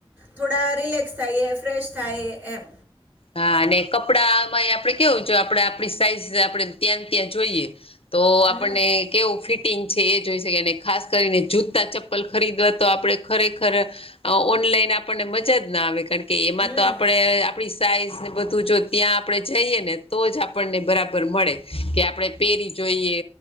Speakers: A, on the right (about 20°); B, on the left (about 80°).
A: થોડા રિલેક્સ થાઈએ ફ્રેશ થાએ એમ.
B: હા અને આપડે કપડાંમાંય આપણે કેવું કે, આપણે આપણી સાઈઝ આપણે ત્યાં ત્યાં જોઈએ. તો
A: હમ
B: આપણને કેવું ફિટિંગ છે એ જોઈ શકાય અને ખાસ કરીને જૂતા ચપ્પલ ખરીદવા તો આપડણે ખરેખર ઓનલાઈન આપણને મજા જ ના આવે કાણ કે, એમાં
A: હમ
B: તો આપણે આપણી સાઈઝ ને બધું જો ત્યાં આપણે જઈએ ને તો જ આપણને બરાબર મળે કે, આપણેે પેરી જોઈએ.